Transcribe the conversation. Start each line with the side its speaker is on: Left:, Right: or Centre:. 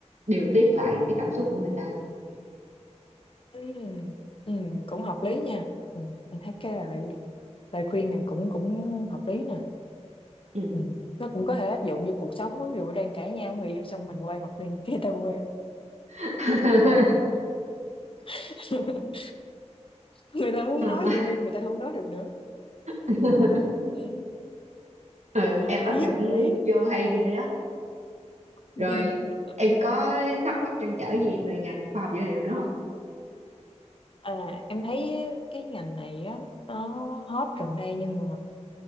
Right: điều tiết lại cái cảm xúc của người ta.
Left: Ừ. ừ, cũng hợp lý nha ừ. em thấy cái lời, lời khuyên này cũng cũng hợp lý nè
Right: Ừ.
Left: ừ. nó cũng có thể áp dụng vô cuộc sống ví dụ đang cãi nhau với người yêu xong mình quay mặt đi <laughs> cái người ta quê
Right: <laughs>
Left: <laughs> người ta muốn
Right: Ờ.
Left: nói gì thêm người ta không nói được nữa
Right: <laughs>
Left: ừ.
Right: ừ,
Left: hợp
Right: em
Left: lý
Right: áp dụng
Left: hợp lý
Right: vô hay ghê á Rồi
Left: <laughs>
Right: em có thắc mắc trăn trở gì về ngành khoa học dữ liệu nữa không?
Left: à, em thấy cái ngành này á nó hot gần đây nhưng mà